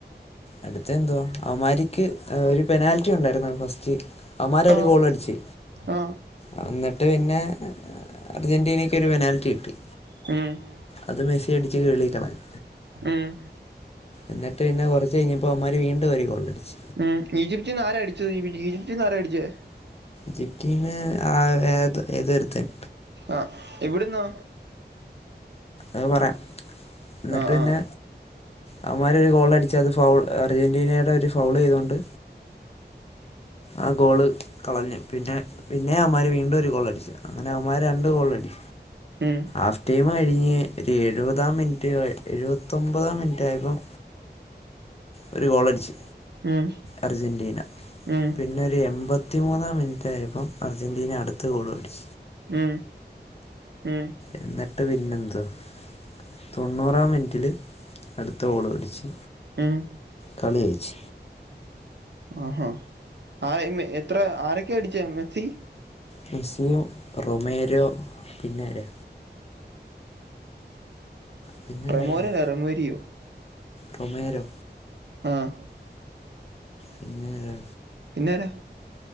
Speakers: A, on the left (about 35°); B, on the right (about 75°).
A: അട്ത്തെ എന്തുവാ അവന്മാരിക്ക് ഒര് പെനാൽറ്റി ഉണ്ടായിരുന്നു ആഹ് ഫസ്റ്റ് അവന്മാര് ഒര്
B: ആ
A: ഗോളടിച്ച്
B: ആ
A: ആഹ് ഇന്നെട്ട് പിന്നെ അർജന്റീനെക്കൊര് പെനാൽറ്റി കിട്ടി
B: ഏഹ്
A: അത് മെസ്സി അടിച്ച് വെളിക്കളഞ്
B: ആഹ്
A: എന്നിട്ട് പിന്നെ കൊറച്ച് കഴിഞ്ഞപ്പോ അവമ്മാര് വീണ്ടും ഒര് ഗോളടിച്ച്
B: ഉം ഈജിപ്ത്‌ന്ന് ആരാ അടിച്ചെത്? ഈബിജി ഈജിപ്തിന്ന് ആരാ അട്ച്ചെ?
A: ജിപ്റ്റീന്ന് ആഹ് ഏത് ഏതൊര്ത്തെൻ
B: ആഹ് എവ്ട്ന്നാ?
A: അഹ് പറയാം, ന്നെട്ട്
B: ആ
A: പിന്നെ
B: ആ
A: അവമ്മാരൊരു ഗോളടിച്ചാ അത് ഫൗൾ അർജന്റീനയോട്വര് ഫൗൾ ചെയ്തോണ്ട് ആ ഗോള് കളഞ്ഞ്, പിന്നെ പിന്നേം അവന്മാര് വീണ്ടും ഒര് ഗോളട്ച്ച് അങ്ങനെ അവന്മാര് രണ്ട് ഗോൾ അടി
B: ഏഹ്
A: ആഫ് ടൈമ് കഴിഞ്ഞ് ഒര് എഴുവതാം മിൻറ്റ് എഴുവത്തൊൻമ്പതാം മിൻറ്റ് ആയപ്പം ഒര് ഗോളട്ച്ച്
B: ഉം
A: അർജന്റീന,
B: ഉം
A: പിൻ ന്നൊര് എമ്പത്തിമൂന്നാം മിൻറ്റ് ആയപ്പം അർജന്റീന അട്ത്ത ഗോളും അട്ച്ച്
B: ഉം ഉം
A: എന്നിട്ട് പിന്നെ എന്തുവാ? തൊണ്ണൂറാം മിൻറ്റിൽ അട്ത്ത ഗോളും അട്ച്ച്
B: എഹ്
A: കളി എയിച്ച്
B: ആഹ് ഹാ ആരെ ഇന്ന് എത്ര ആരൊക്കെ അട്‌ച്ചെ മെസ്സി
A: മെസ്സിയും റൊമേരോ പിന്നെ ആരാ പിന്നെ
B: റെമോര
A: ആരായിരുന്നു
B: അല്ല റെമോരിയോ
A: റൊമേരോ
B: ആഹ്
A: പിന്നെ ആരാ?
B: പിന്നെ ആരാ?